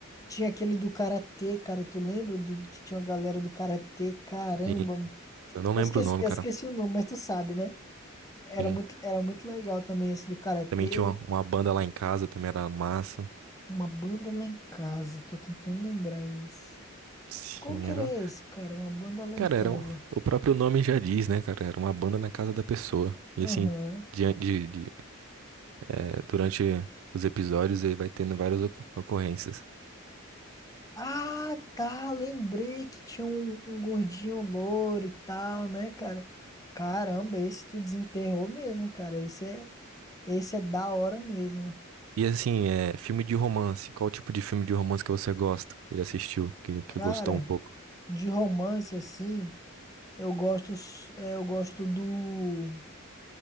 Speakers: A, on the left; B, on the right.
A: Tinha aquele do Karatê, cara. Tu lembra do que tinha uma galera do Karatê? Caramba.
B: sim. Eu não lembro
A: Eu esqueci,
B: o nome,
A: eu
B: cara.
A: esqueci o nome, mas tu sabe, né? Era
B: Sim.
A: muito, era muito legal também esse do Karatê.
B: Também tinha uma, uma banda lá em casa, também era massa.
A: Uma banda lá em casa. Tô tentando lembrar esse.
B: Sim,
A: Qual que
B: era.
A: era esse, cara? Uma banda lá
B: Cara,
A: em casa.
B: era um- o próprio nome já diz, né, cara? Era uma banda na casa da pessoa. E
A: Aham.
B: assim, de, de, de- é, durante os episódios aí vai tendo várias ocu- ocorrências.
A: Ah, tá, lembrei que tinha um, um gordinho louro e tal, né, cara? Caramba, esse tu desenterrou mesmo, cara. Esse é, esse é da hora mesmo.
B: E assim, é, filme de romance. Qual tipo de filme de romance que você gosta? Que já assistiu, que, que
A: Cara,
B: gostou um pouco?
A: de romance assim, eu gosto, s- é, eu gosto do.